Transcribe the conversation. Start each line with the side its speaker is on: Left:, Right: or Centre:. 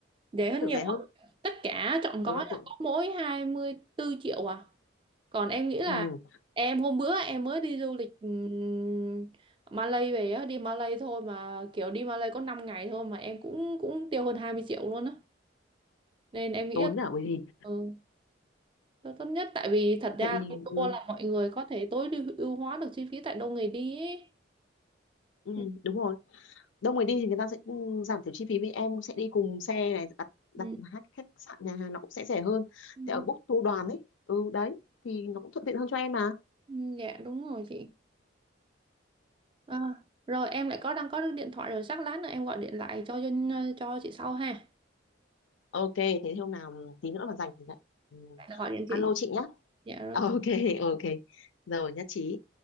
Right: Rẻ hơn
Left: tưởng
Right: nhiều
Left: rẻ
Right: á.
Left: hơn
Right: tất cả trọn gói
Left: ừ,
Right: là
Left: tưởng
Right: có mỗi 24 triệu à còn em nghĩ là
Left: ừ,
Right: em hôm bữa em mới đi du lịch ừm, Malay về á đi Malay thôi mà kiểu đi Malay có 5 ngày thôi mà em cũng cũng tiêu hơn 20 triệu luôn á nên em nghĩ
Left: tốn
Right: là
Left: à bởi vì
Right: ừ, nó tốt nhất tại vì thật ra
Left: tại
Right: là
Left: vì
Right: cái tour
Left: ừ,
Right: là mọi người có thể tối ưu ưu hóa được chi phí tại đâu người đi ấy
Left: ừ,
Right: ừ,
Left: đúng rồi đông người đi thì người ta sẽ ừ, giảm thiểu chi phí vì em sẽ đi cùng xe này đặt đặt
Right: ừ,
Left: khách khách sạn nhà hàng nó cũng sẽ rẻ hơn
Right: ừ,
Left: thì ở book tour đoàn ấy ừ đấy thì nó cũng thuận tiện hơn cho em mà
Right: ừ, dạ đúng rồi chị à, rồi em lại có đang có được điện thoại rồi chắc lát nữa em gọi điện lại cho cho, cho chị sau ha
Left: ok thế hôm nào tí nữa mà rảnh thì lại ừ,
Right: lại là gọi điện
Left: alo
Right: chị
Left: chị nhá
Right: dạ rồi
Left: ok ok rồi nhất trí